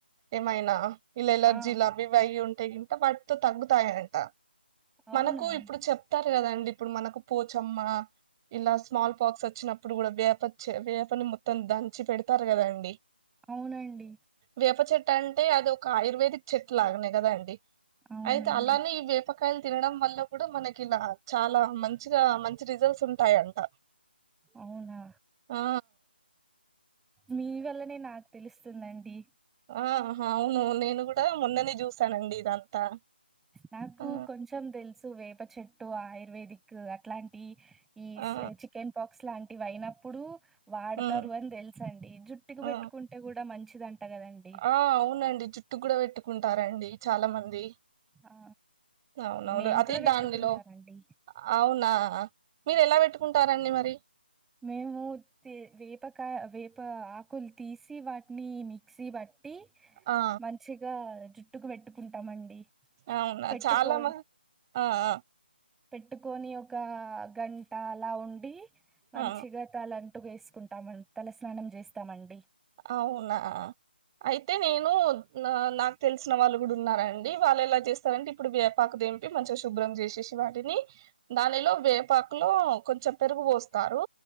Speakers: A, on the right (about 25°); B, in the centre.
A: ఏమైనా ఇలా ఎలర్జీలవి
B: ఆ
A: ఇవి అయి ఉంటే గింట వాటితో తగ్గుతాయంట
B: అవునా
A: మనకు ఇప్పుడు చెప్తారు కదండి ఇప్పుడు మనకు పోచమ్మ ఇలా స్మాల్ పాక్స్ వచ్చినప్పుడు కూడా వేప వేపని మొత్తం దంచి పెడతారు కదాండి
B: అవునండి
A: వేప చెట్టు అంటే అది ఒక ఆయుర్వేదిక్ చెట్టు లాగానే కదా అండి
B: అవునండి
A: అయితే అలానే ఈ వేప కాయలు తినడం వల్ల కూడా మనకి ఇలా చాలా మంచిగా మంచి రిజల్ట్స్ ఉంటాయంట
B: అవునా
A: ఆ
B: మీ వల్లనే నాకు తెలుస్తుందండి
A: ఆ హా అవును నేను గుడా మొన్ననే జుసానండి ఇదంతా
B: నాకు
A: ఆ
B: కొంచ్ తెల్సు వేప చెట్టు ఆయుర్వేదిక్ అట్లాంటి ఈ
A: ఆ
B: కెన్ పాక్స్ లాంటివి అయినప్పుడూ వాడ్తారు
A: ఉమ్
B: అన్ దిల్సండి జుట్టుకు
A: ఆ
B: బెట్టుకుంట టే గుడా మంచిదంట గాదన్
A: ఆ అవునండి జుట్టుక్ గూడా వేట్టుకుంటారండి చాలా మంది
B: ఆ
A: అవునవును
B: నేను
A: అది
B: కూడా పెట్టుకుంటానండి
A: దాందిలో అవునా మీరు ఎలా వేట్ కుంటారండి మరి
B: మేము వేపకాయ వేప ఆకులు తీసి వాట్ని మిక్సీ బట్టి
A: ఆ
B: మంచిగా ట్టుకు వేట్టుకుంటామండి
A: అవునా
B: పెట్టుకో
A: చాలా మ ఆ ఆ
B: పెట్టుకొని ఒకా గంట అలా ఉండి మంచిగా
A: ఆ!
B: తలంటు ఎస్కుంటా తమ తల స్నానం జేస్తామండి
A: అవునా అయితే నేను నాకు తెల్సిన వాళ్ళు గూడా ఉన్నార డి వాళ్ళు ఎలా చేస్తారంటే ఇప్పుడు వేపాకు దేంపి మంచిగా శుభ్రం జేషెసి వాటిని దానిలో వేపాకు లో కొంచం పెరుగు కోస్తారు